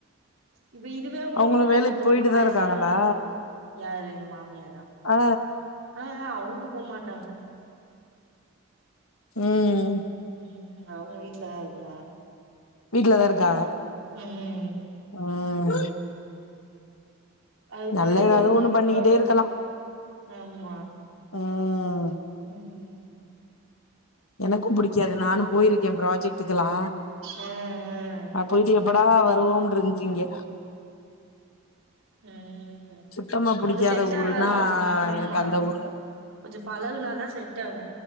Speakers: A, on the right; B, on the left.
A: இப்ப இதுவே உங்களுக்
B: அவங்களு வேலைக்கு
A: ஒருத்தவங்களுக்கு
B: போயிட்டு தா
A: வயசானவங்குளுக்கு
B: இருக்காங்களா
A: யாரு எங்க மாமியாரா
B: ஆஅ
A: அஹ அவுங்க போமாட்டாங்க
B: ம்
A: ம் அவுங்க வீட்லதா இருக்குறாங்க
B: வீட்லதா இருக்காக
A: ம் ம்
B: ம்
A: அது
B: நல்ல
A: மாரி
B: ஏதாவது
A: அவுங்ளுக்கு
B: ஒண்ணு பண்ணிக்கிட்டே
A: இதுவாகு
B: இருக்கலா
A: ஆம்மா
B: ம்
A: ம்
B: எனக்கு புடிக்காது நானு போயிருக்கே ப்ராஜெக்டுக்கெலா
A: ஆ ஆ
B: நா போய்ட்டு எப்ப டா வருவோம்ன்ந்துச்சி இங்கே
A: ம்
B: சுத்தமா
A: நமக்கு
B: புடிக்காத
A: செட்டாகாது
B: ஊருன்னா
A: ஆமா
B: எனக்கு அந்த ஊருதா
A: கொஞ்சோ பழகுனாதா செட்டாகு